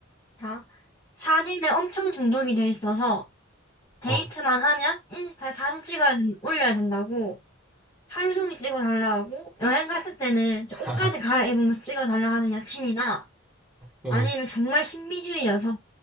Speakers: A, on the left (about 20°); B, in the centre.
A: 자, 사진에 엄청 중독이 돼 있어서 데이트만
B: 어.
A: 하면 인스타에 사진 찍어야 된- 올려야 된다고 하루 종일 찍어달라 하고 여행 갔을 때는 저
B: <laughs>
A: 옷까지 갈아입으면서 찍어달라 하는 여친이나
B: 어.
A: 아니면 정말 신비주의여서